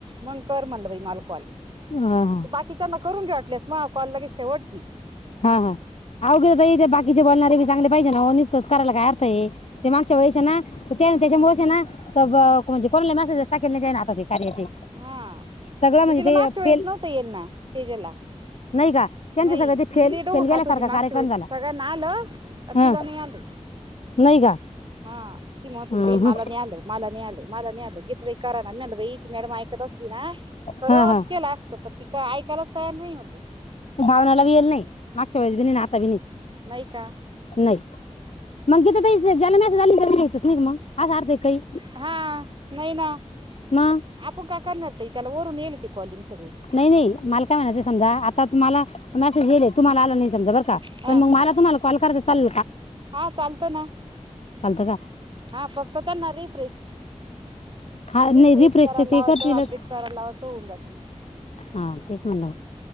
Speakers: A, on the right; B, on the left.
A: मग कर म्हणल बाई माल कॉल त्या
B: हा हा
A: बाकीच्याना करून घे वाटलेस म कॉल लगे शेवट की
B: हा हा आव गीयो ताई, ते बाकीचे बोलणारे बी चांगले पाहिजे ना ओ, नीसतच कराला काय अर्थ हे, ते मांगच्या वेळेस ना तर त्यानी त्याच्यामुळेच हे ना ब ब म्हणजे कोणाला मसेजेस टाकेल नाही. आता ते कार्याचे
A: हा
B: सगळं म्हणजे
A: म तिला
B: ते
A: मागच्या वेळेस
B: फेल
A: नव्हत येईल ना सेजला
B: नाही का त्यांचं
A: नाही.
B: सगळं
A: ति
B: ते फेल
A: लई डोक
B: फेल गेल्यासारखा
A: खात होती,
B: कार्यक्रम
A: मागच्या वेळेस
B: झाला
A: सगळ्यांना आलं आण
B: ह
A: न तिला नही आलं
B: नाही का
A: हा ती म्हणत
B: हम्म
A: होती, बई माला नाही आल, माला नही आल, माला नाही आल, गीत लय करा ना मी म्हणलं बई ति मॅडम ऐकत च अ खरंच
B: हा हा
A: केल असत पण तिका ऐकायलाच तयार नाही म्हणलं.
B: भावनाला बी येल नाही, मागच्या वेळेस बी नाही, ना आता बी नाही.
A: नाही का
B: नाही मंग तिथं काहीच नाही झाल्या मेसेज आली <unintelligible> असा अर्थ आहे काही
A: हा नाही ना
B: मग
A: आपू का करणार ते त्याला वरून येईल की कॉलिंग्स
B: नाई नाई मला काय म्हणायच समजा आता मला मेसेज येईल्ये तुम्हाला आला नाही समजा बर का
A: हा
B: पण मग मला तुम्हाला कॉल कर चाल
A: हा चालतो ना
B: चालतं का
A: हा फक्त त्यांना रिफ्रेश
B: हा
A: रिफ्रेश
B: नाही
A: करायला
B: तर
A: लावायचं
B: ते करतीलच
A: अपडेट करायला लावायचं होऊन जाात मग
B: हा तेच म्हणलं